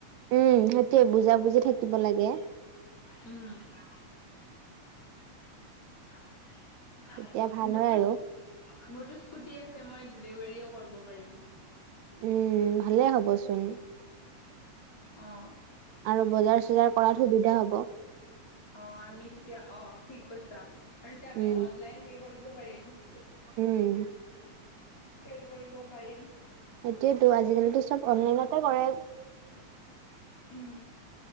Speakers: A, on the right; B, on the left.
A: উম সেইটোয়ে বুজা বুজি থাকিব লাগে।
B: উম
A: তেতিয়া ভাল
B: মোৰতো
A: হয় আৰু
B: মোৰতো স্কুটি, আছে মই ডেলিভাৰী কৰিব পাৰিম।
A: উম ভালে হবচোন।
B: অ
A: আৰু বজাৰ চজাৰ কৰাত সুবিধা হব।
B: অ আমি তেতিয়া অ ঠিক কৈছা আৰু তেয়া আমি
A: উম
B: অনলন হেৰি কৰিব। পাৰিব পাৰিম।
A: উম
B: চেল কৰিব পাৰিম।
A: এইতো আজিকালি চব অনলাইনতে কৰে।
B: উম